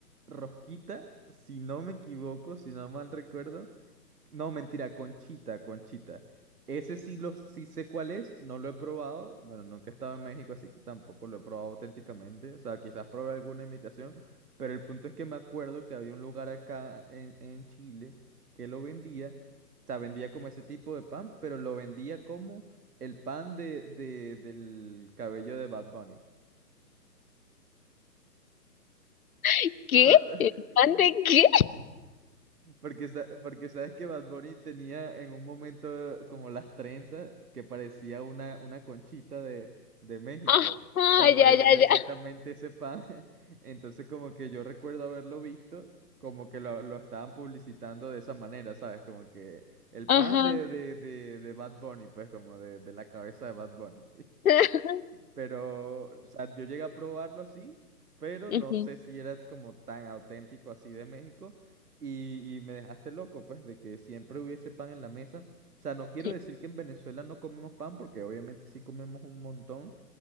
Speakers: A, on the right; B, on the left.
A: rosquita, si no me equivoco, si no mal recuerdo. No, mentira, Conchita, Conchita. Ese sí, lo, sí sé cuál es, no lo he probado. Bueno, nunca he estado en México, así que tampoco lo he probado auténticamente. O sea, quizás probé alguna imitación, pero el punto es que me acuerdo que había un lugar acá en, en Chile que lo vendía. O sea, vendía como ese tipo de pan, pero lo vendía como el pan de, de- del cabello de Bad Bunny.
B: <laughs> ¿Qué?
A: Pa- <laughs>
B: ¿El pan de qué?
A: Porque, sa- porque sabes que Bad Bunny tenía en un momento como las trenzas que parecía una, una conchita de, de México.
B: <laughs> Ajá,
A: O sea, parecía
B: ya, ya,
A: exactamente
B: ya.
A: ese pan. <laughs> Entonces como que yo recuerdo haberlo visto como que lo, lo estaban publicitando de esa manera, ¿sabes? Como que el
B: Ajá.
A: pan de, de, de, de Bad Bunny, pues como de, de la cabeza de Bad Bunny.
B: <laughs>
A: Pero, o sea, yo llegué a probarlo así, pero
B: Ujú,
A: no sé si era como tan auténtico así de México. Y, y me dejaste loco, pues, de que siempre hubiese pan en la mesa. O sea, no quiero
B: Sí,
A: decir que en Venezuela no comemos pan, porque obviamente sí comemos un montón,